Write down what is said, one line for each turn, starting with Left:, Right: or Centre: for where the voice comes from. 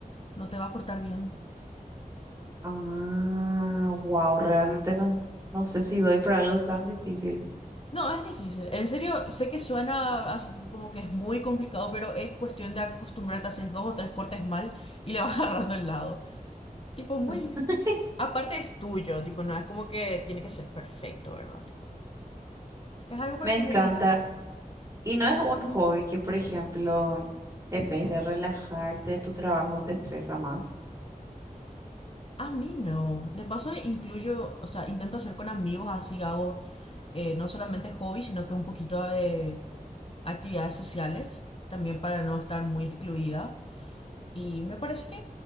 Left: no te va a cortar bien.
Right: Ah, wow, realmente no, no sé si doy para algo tan difícil.
Left: No, es difícil. En serio, sé que suena así tipo como que es muy complicado, pero es cuestión de acostumbrarte, haces dos o tres cortes mal y le vas <laughs> agarrando el lado. Tipo, muy...
Right: <laughs>
Left: Aparte es tuyo, tipo, no es como que tiene que ser perfecto, ¿verdad? Tipo, es algo para
Right: Me
Left: tener
Right: encanta.
Left: en casa.
Right: Y no es un hobby que, por ejemplo, en vez de relajarte, tu trabajo te estresa más.
Left: A mí no. De paso incluyo, o sea, intento hacer con amigos, así hago eh, no solamente hobbies, sino que un poquito de actividades sociales, también para no estar muy excluida. Y me parece que